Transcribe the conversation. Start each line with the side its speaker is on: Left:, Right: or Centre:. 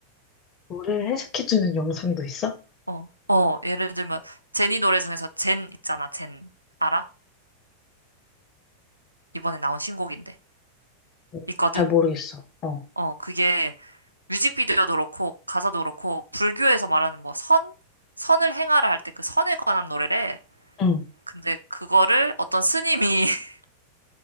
Left: 노래를 해석해주는 영상도 있어?
Right: 어. 어, 예를 들면 제니 노래 중에서 젠 있잖아. 젠. 알아? 이번에 나온 신곡인데.
Left: 어,
Right: 있거든?
Left: 잘 모르겠어. 어.
Right: 어, 그게 뮤직비디오도 그렇고, 가사도 그렇고, 불교에서 말하는 뭐 선? 선을 행하라 할 때 그 선에 관한 노래래.
Left: 응.
Right: 근데 그거를 어떤 스님이, <laughs>